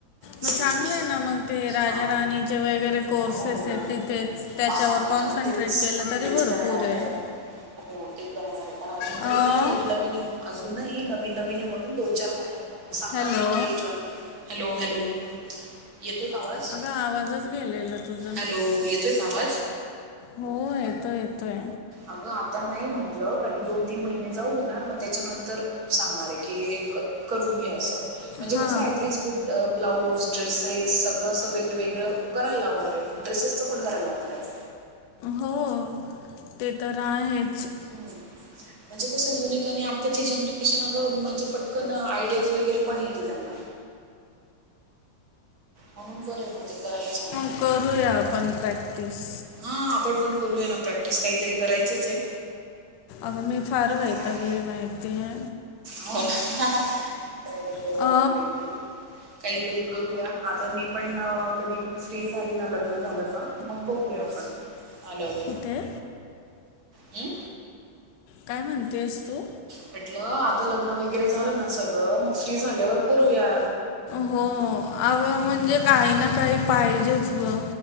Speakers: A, on the right; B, on the left.
A: स्टिचिंगचा
B: मग चांगलं आहे ना मग ते राजा
A: हा
B: राणीचे वगैरे कोर्सेस
A: हो
B: आहेत
A: हो
B: तिथे त्याच्यावर
A: हा
B: कॉन्सन्ट्रेट
A: मग तेच
B: केलं तरी
A: तेच
B: भरपूर
A: करणार
B: आहे.
A: हो ते करणार आहे पण अजून
B: अं,
A: तरी नाही नवीन नवीन अजून नाही नवीन नवीन आहे म्हणून दोन चार महिन्या सांगणार
B: हॅलो
A: आहे की हे जॉईन हॅलो हॅलो येतो का आवाज?
B: अगं आवाजच गेलेला. तुझा
A: हॅलो येतोय का आवाज?
B: हो येतोय येतोय.
A: अगं आता नाही म्हंटलं कारणी दोन तीन महिने जाऊ देणार मग त्याच्यानंतर सांगणार आहे की करून घे असं म्हणजे
B: हां
A: कसं ऍटलिस्ट ब्लाऊज, ड्रेसेस सगळं असं वेगळवेेगळं करायला लावणार आहे. ड्रेसेसच पण करायला लावणार आहे
B: हो ते तर आहेच.
A: हम्. म्हणजे कसं युनिक आणि आत्ताची जनरेशन अगं म्हणजे पटकन आयडियाज वगैरे पण येते त्यांना म्हणून बरं मग ते करायला सांग
B: ग करूया आपण प्रॅक्टिस.
A: हा आपण पण करूया ना प्रॅक्टिस काहीतरी करायचच आहे.
B: अगं मी फार वैतागले
A: बघू
B: माहितीये.
A: हो ना नाही नाही करू
B: अ
A: आपण काहीतरी काहीतरी. करूया आता मी पण कधी फ्री झाली ना लग्न झालं तर मग बघूया. <unintelligible>
B: कुठे?
A: हम्म
B: काय म्हणतेस तू?
A: म्हटलं आता लग्न वगैरे झालं ना सगळं मग फ्री झाल्यावर करूया.
B: हो अं म्हणजे काही ना काही पाहिजेच ग.